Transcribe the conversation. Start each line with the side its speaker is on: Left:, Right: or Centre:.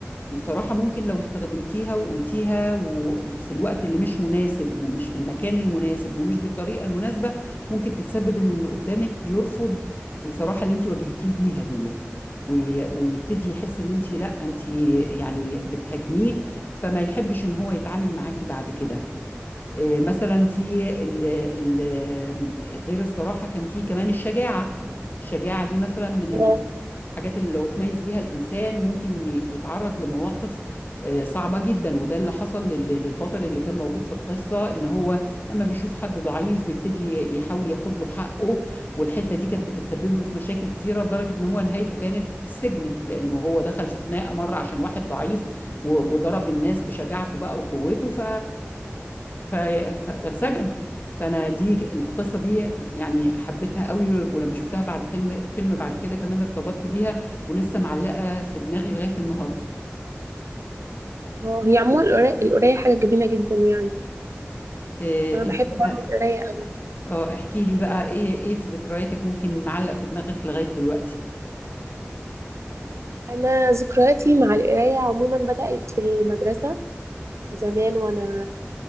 Left: الصراحة ممكن لو استخدمتيها وقلتيها وفي الوقت اللي مش مناسب ومش في المكان المناسب ومش بالطريقة المناسبة ممكن تتسبب ان اللي قدامك يرفض الصراحة اللي انت واجهتيه بيها ديت وي- ويبتدي يحس ان انت لا انت يعني بتهاجميه فما يحبش ان هو يتعامل معاكي بعد كده آه، مثلا في ال ال غير الصراحة كان في كمان الشجاعة الشجاعة دي مثلا من
Right: اه
Left: الحاجات اللي لو تميز بيها الإنسان ممكن ي- يتعرض لمواقف آه، صعبة جدا وده اللي حصل لل- للبطل اللي كان موجود في القصة إن هو أما بيشوف حد ضعيف بيبتدي يحاول ياخد له حقه والحتة دي كانت بتتسبب له في مشاكل كتيرة لدرجة إن هو نهايته كانت السجن لأنه هو دخل في خناقة مرة عشان واحد ضعيف و- وضرب الناس بشجاعته بقى وقوته ف ف- ف- فاتسجن فانا دي القصه دي يعني حبيتها قوي ولما شفتها بعد فيلم فيلم بعد كده كمان ارتبطت بيها ولسه معلقه في دماغي لغايه النهارده
Right: اه هي عموما القراية القراية حاجة جميلة جدا يعني
Left: إيه
Right: انا بحب
Left: انت
Right: برضه
Left: بقى
Right: القراية قوي
Left: اه احكي لي بقى ايه ايه في ذكرياتك ممكن معلق في دماغك لغايه دلوقتي
Right: انا ذكرياتي مع القراية عموما بدأت في المدرسة زمان وانا